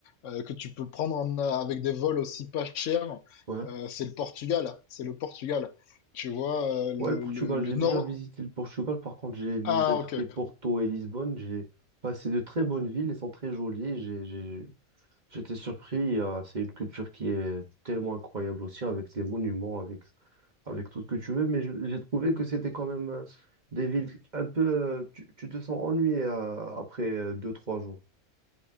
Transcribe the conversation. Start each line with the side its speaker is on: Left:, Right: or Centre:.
Left: euh, que tu peux prendre en- avec des vols aussi pas chers,
Right: Ouais.
Left: euh, c'est le Portugal. C'est le Portugal. Tu vois, euh, le,
Right: Ouais, le Portugal,
Left: le- le
Right: j'ai
Left: nord.
Right: déjà visité le Portugal, par contre j'ai visité
Left: Ah,
Right: tout
Left: ok.
Right: ce qui est Porto et Lisbonne. J'ai... Enfin, c'est de très bonnes villes, elles sont très jolies. J'ai, j'ai- J'étais surpris, euh, c'est une culture qui est tellement incroyable aussi, avec des monuments, avec, avec tout ce que tu veux, mais je- j'ai trouvé que c'était quand même euh, des villes un peu... euh, Tu, tu te sens ennuyé euh, après euh, deux, trois jours.